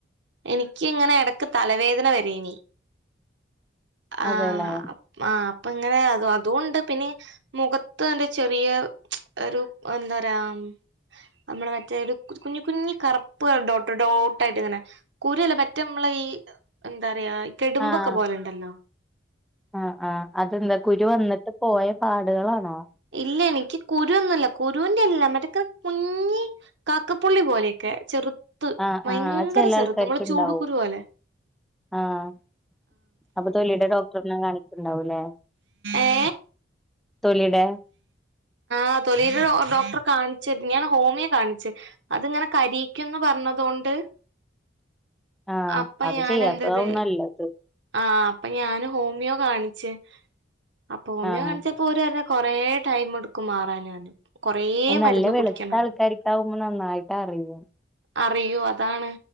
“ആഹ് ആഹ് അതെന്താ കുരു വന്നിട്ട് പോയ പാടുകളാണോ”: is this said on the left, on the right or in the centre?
Centre